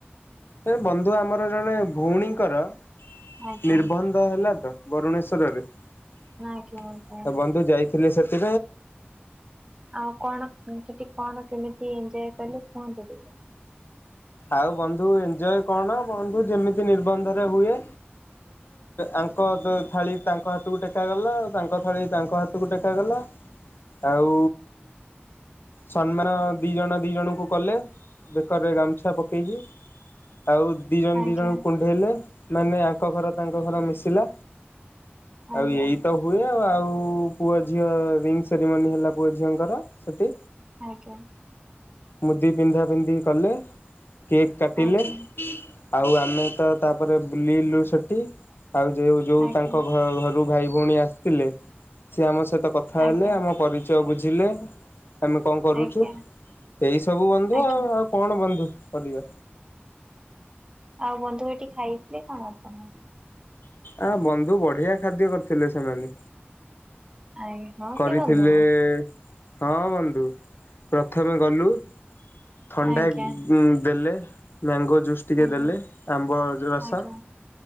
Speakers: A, on the left; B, on the right.
A: ସେ ବନ୍ଧୁ ଆମର ଜଣେ ଭଉଣୀଙ୍କର
B: ଆଜ୍ଞା
A: ନିର୍ବନ୍ଧ ହେଲା ତ। ବରୁଣେଶ୍ୱରରେ।
B: ଆଜ୍ଞା
A: ତ
B: ଆଜ୍ଞା
A: ବନ୍ଧୁ ଯାଇଥିଲି ସେ <inaudible>
B: ଆଉ କଣ ସେଠି କଣ କେମିତି ଏଞ୍ଜୟ କଲେ କୁହନ୍ତୁ ଟିକେ।
A: ଆଉ ବନ୍ଧୁ ଏଞଜୟ କଣ ବନ୍ଧୁ ଯେମିତି ନିର୍ବନ୍ଧରେ ହୁଏ ଆଙ୍କ ଥାଳି ତାଙ୍କ ହାତକୁ ଟେକାଗଲା ତାଙ୍କ ଥାଳି ତାଙ୍କ ହାତକୁ ଟେକାଗଲା। ଆଉ ସମ୍ମାନ ଦି ଜଣ ଦି ଜଣଙ୍କୁ କଲେ। ବେକରେ ଗ ଆଛା ପକେଇକି। ଆଉ ଦି ଜଣ ଦି
B: ଆଜ୍ଞା
A: ଜଣଙ୍କୁ କୁଣ୍ଢେଇଲେ। ମାନେ ଆଙ୍କ ଘର ତାଙ୍କ ଘର ମିଶିଲା।
B: ଆଜ୍ଞା
A: ଆଉ ଏଇତ ହୁଏ। ଆଉ ପୁଅ ଝିଅ ରିଙ୍ଗ୍ ସେରିମନି ହେଲା ପୁଅ ଝିଅଙ୍କର ସେଠି।
B: ଆଜ୍ଞା।
A: ମୁଦି ପିନ୍ଧା ପିନ୍ଧି କଲେ କେକ୍ କାଟିଲେ
B: ଆଜ୍ଞା
A: ଆଉ ଆମେ ତ ତାପରେ ବୁଲିଲୁ ସେ ଆଉ ଯଉ ଯୋଉ
B: ଆଜ୍ଞା
A: ତାଙ୍କ ଘ ଘ ରୁ ଭାଇ ଭଉଣୀ ଆସ ଥିଲେ ସିଏ ଆମ ସହିତ କଥା ହେଲେ।
B: ଆଜ୍ଞା
A: ଆମ ପରିଚୟ ବୁଝ ଝିଲେ। ଆମେ କଣ କରୁଛୁ।
B: ଆଜ୍ଞା
A: ଏଇ ସବୁ ବନ୍ଧୁ
B: ଆଜ୍ଞା।
A: ଆଉ ଆଉ କଣ ବନ୍ଧୁ। ହଲିବା
B: ଆଉ ବନ୍ଧୁ ଏଠି ଖାଇଥିଲେ କଣ ଆପଣ।
A: ଆ ବନ୍ଧୁ ବଢିଆ ଖାଦ୍ୟ କରିଥିଲେ ସେମାନେ।
B: ଆଜ୍ଞା ହଁ
A: କରିଥିଲେ
B: କି ବନ୍ଧୁ
A: ହଁ ବନ୍ଧୁ। ପ୍ରଥମେ ଗଲୁ ଥଣ୍ଡା
B: ଆଜ୍ଞା
A: ଦେଲେ ମ୍ୟାଙ୍ଗୋ ଜୁସ୍ ଟିକେ
B: ଆଜ୍ଞା
A: ଦେଲେ। ଆମ୍ବ ରସ
B: ଆଜ୍ଞା